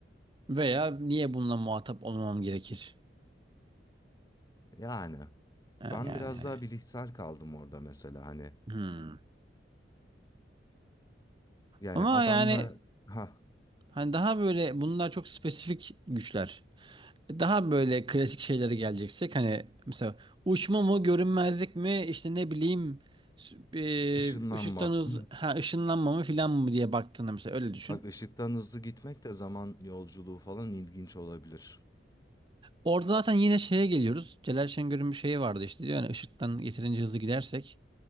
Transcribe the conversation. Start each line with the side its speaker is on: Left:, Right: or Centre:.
Right: Veya niye bununla muhatap olmam gerekir?
Left: Yani
Right: Ha,
Left: ben
Right: yani
Left: biraz
Right: yani.
Left: daha bilişsel kaldım orada mesela hani.
Right: Hmm.
Left: Yani
Right: Ama
Left: adamla
Right: yani
Left: ha
Right: Hani daha böyle bunlar çok spesifik güçler. E, Daha böyle klasik şeylere geleceksek hani mesela uçma mı görünmezlik mi işte ne bileyim s- e,
Left: ışınlanma.
Right: ışıktan hız
Left: <laughs>
Right: ha, ışınlanma mı filan mı diye baktığında mesela öyle düşün.
Left: Bak ışıktan hızlı gitmek de zaman yolculuğu falan ilginç olabilir.
Right: Orada zaten yine şeye geliyoruz. Celal Şengör'ün bir şeyi vardı işte diyor yani ışıktan yeterince hızlı gidersek